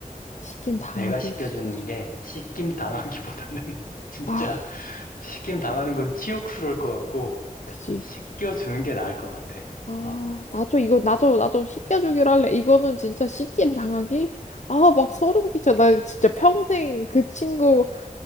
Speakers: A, on the left; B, on the left.
A: 시김 당하기
B: 내가 시켜주는
A: 시켜주.
B: 게 시킴 당하기보다는 <laughs> 진짜
A: 아,
B: 시킴 당하는 건 치욕스러울 것 같고,
A: 그지.
B: 씻겨주는 게 나을 것 같아.
A: 아,
B: 어.
A: 나도 이거 나도 나도 시켜주기로 할래. 이거는 진짜 시김 당하기. 아, 막 소름 끼쳐. 나 진짜 평생 그 친구